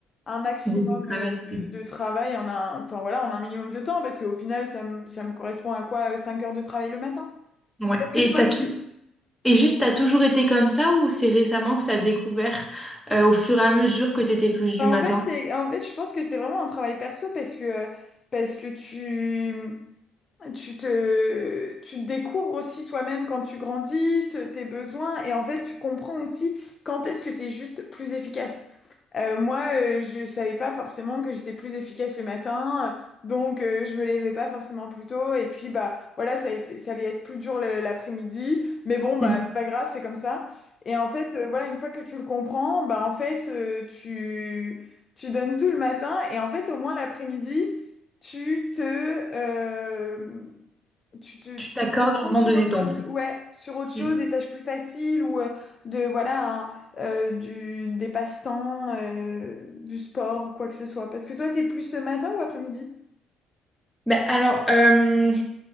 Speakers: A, on the left; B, in the centre.
A: un maximum
B: Beaucoup de travail.
A: euh, de, de travail en un, enfin voilà, en un minimum de temps, parce qu'au final, ça me, ça me correspond à quoi? euh, 5 heures de travail le matin?
B: Mhm. Ouais.
A: Parce que
B: Et
A: toi,
B: t'as tout...
A: t'es-
B: Et juste, t'as toujours été comme ça ou c'est récemment que t'as découvert, euh, au fur et à mesure que t'étais plus du
A: enfin,
B: matin?
A: en fait, c'est, en fait, je pense que c'est vraiment un travail perso parce que, parce que tu, Tu te, tu te découvres aussi toi-même quand tu grandis, ce- tes besoins, et en fait, tu comprends aussi quand est-ce que tu es juste plus efficace. Euh, moi, euh, je savais pas forcément que j'étais plus efficace le matin, euh, donc euh, je me levais pas forcément plus tôt, et puis bah voilà, ça a été, ça allait être plus dur le- l'après-midi, mais bon, bah
B: Mhm.
A: c'est pas grave, c'est comme ça. Et en fait, euh, voilà, une fois que tu le comprends, bah en fait, euh, tu, tu donnes tout le matin, et en fait, au moins l'après-midi tu te, euh, tu te,
B: Tu
A: tu
B: t'accordes
A: te concentres
B: un moment
A: sur
B: de
A: autre
B: détente.
A: chose. Ouais, sur autre chose,
B: Mhm.
A: des tâches plus faciles ou euh, de, voilà, hein, euh, du, des passe-temps, euh, du sport ou quoi que ce soit. Parce que toi, t'es plus ce matin ou après-midi?
B: Ben alors, euh,